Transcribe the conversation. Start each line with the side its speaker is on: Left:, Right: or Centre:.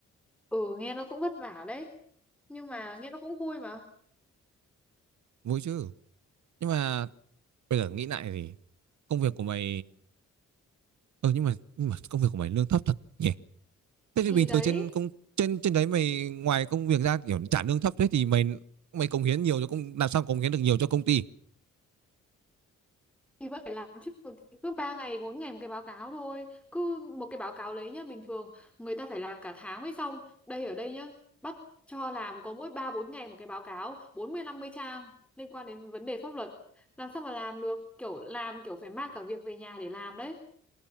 Centre: ừ nghe nó cũng vất vả đấy nhưng mà nghe nó cũng vui mà
Right: Vui chứ. Nhưng mà bây giờ nghĩ lại thì công việc của mày ừ nhưng mà nhưng mà công việc của mày lương thấp thật nhỉ? Thế thì
Centre: thì
Right: bình
Centre: đấy
Right: thường trên công trên trên đấy mày ngoài công việc ra kiểu trả lương thấp thế thì mày mày cống hiến nhiều cho công làm sao cống hiến được nhiều cho công ty?
Centre: thì vẫn phải làm chứ thì cứ 3 ngày 4 ngày một cái báo cáo thôi cứ một cái báo cáo lấy nhá bình thường người ta phải làm cả tháng mới xong đây ở đây nhá bắt cho làm có mỗi 3 4 ngày một cái báo cáo bốn mươi năm mươi trang liên quan đến vấn đề pháp luật làm sao mà làm được kiểu làm kiểu phải mang cả việc về nhà để làm đấy